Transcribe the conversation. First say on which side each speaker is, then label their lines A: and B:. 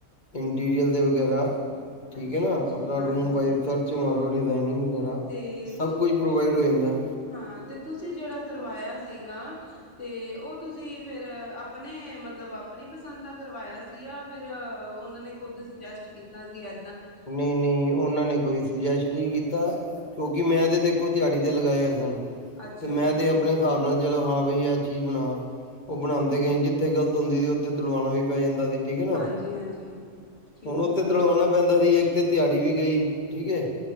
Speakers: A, on the left (about 35°); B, on the left (about 60°).
A: ਇੰਟੀਰੀਅਲ ਦੇ ਵਗੈਰਾ ਠੀਕ
B: ਅੱਛਾ
A: ਹ ਨਾ,
B: ਅੱਛਾ
A: ਆਪਣਾ
B: ਹਾਂਜੀ
A: ਰੂਮ ਬਾਈ
B: ਹਾਂਜੀ
A: ਚਰਚ ਮਾਰੋ ਡਿਜਾਇਨਿੰਗ ਵਗੈਰਾ
B: ਤੇ
A: ਸਭ ਕੁਝ ਪ੍ਰੋਵਾਈਡ ਹੋ ਜਾਂਦਾ।
B: ਹਾ ਤੇ ਤੁਸੀਂ ਜਿਹੜਾ ਕਰਵਾਇਆ ਸੀਗਾ, ਤੇ ਉਹ ਤੁਸੀਂ ਫਿਰ ਆਪਣੇ ਮਤਲਬ ਆਪਣੀ ਪਸੰਦ ਦਾ ਕਰਵਾਇਆ ਸੀ ਯਾ ਫਿਰ ਉਹਨਾਂ ਨੇ ਖੁਦ ਸੁਜੈਸਟ ਕੀਤਾ ਸੀ ਏ
A: ਨਹੀਂ-ਨਹੀਂ, ਉਹਨਾਂ ਨੇ ਕੋਈ ਸੁਜੈਸਟ ਨਹੀਂ ਕੀਤਾ, ਕਿਉਂਕਿ ਮੈਂ ਤੇ ਦੇਖ ਇੱਕੋ ਦਿਹਾੜੀ ਤੇ ਲਗਾਏ ਹੋਏ ਸਨ।
B: ਅੱਛਾ
A: ਤੇ ਮੈਂ
B: ਅੱਛਾ
A: ਤੇ ਆਪਣੇ ਹਿਸਾਬ ਨਾਲ ਚਲੋ ਹਾਂ ਬਈ ਐ ਚੀਜ਼ ਬਣਾ। ਉਹ ਬਣਾਦੇ
B: ਹਾਂ
A: ਗਏ ਨੇ, ਜਿੱਥੇ ਗਲਤ ਹੁੰਦੀ ਸੀ ਉੱਥੇ ਤੁੜਵਾਣਾ ਵੀ ਪੈ ਜਾਂਦਾ ਸੀ। ਠੀਕ ਹੈ ਨਾ,
B: ਹਾਂਜੀ ਹਾਂਜੀ ਠੀਕ
A: ਹੁਣ ਉੱਥੇ
B: ਹੈ
A: ਤੁੜਵਾਣਾ ਪੈਂਦਾ <unintelligible> ਇੱਕ ਤੇ ਤੇਹਾੜੀ ਵੀ ਗਈ, ਠੀਕ ਹੈ।